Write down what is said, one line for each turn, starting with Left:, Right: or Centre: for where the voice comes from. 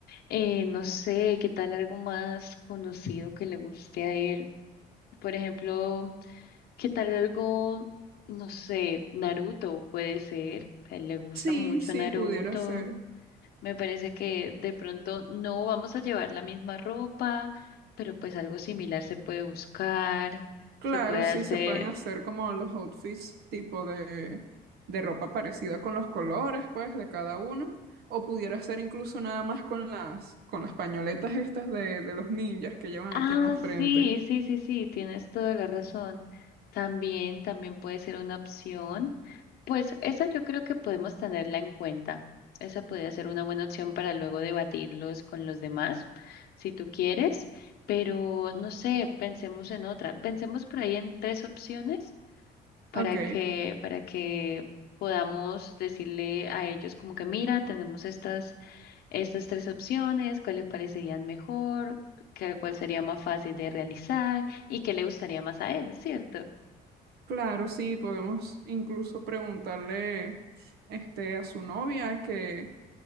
Left: eh, no sé, qué tal algo más conocido que le guste a él, por ejemplo, qué tal algo, no sé, Naruto puede ser, a él le gusta
Right: Sí,
Left: mucho
Right: sí,
Left: Naruto.
Right: pudiera ser.
Left: Me parece que de pronto no vamos a llevar la misma ropa, pero pues algo similar se puede buscar,
Right: Claro,
Left: se puede
Right: sí,
Left: hacer.
Right: se pueden hacer como los outfits tipo de, de ropa parecida con los colores, pues, de cada uno. O pudiera ser incluso nada más con las, con las pañoletas estas de, de los ninjas que llevan
Left: Ah,
Right: aquí en la frente.
Left: sí, sí, sí, sí, tienes toda la razón. También, también puede ser una opción. Pues esa yo creo que podemos tenerla en cuenta. Esa podría ser una buena opción para luego debatirlos con los demás, si tú quieres. Pero no sé, pensemos en otra. Pensemos por ahí en tres opciones para
Right: Ok,
Left: que, para que podamos decirle a ellos como que mira, tenemos estas, estas tres opciones, cuál les parecerían mejor, qué- cuál sería más fácil de realizar y qué le gustaría más a él, ¿cierto?
Right: claro, sí, podemos incluso preguntarle este, a su novia que,